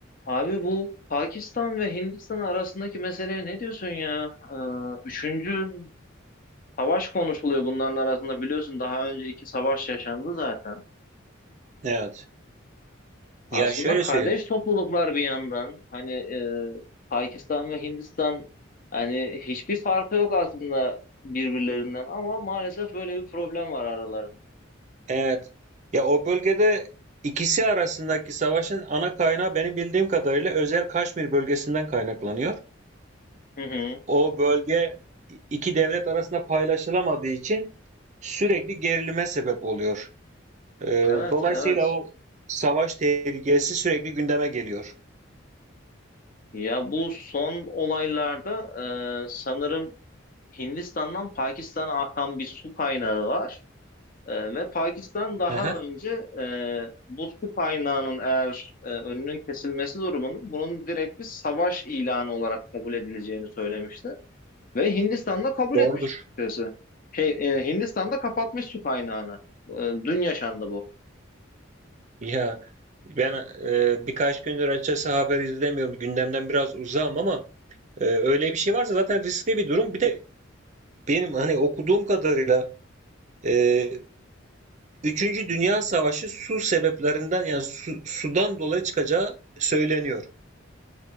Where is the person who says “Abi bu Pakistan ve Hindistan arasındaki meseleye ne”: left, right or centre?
Left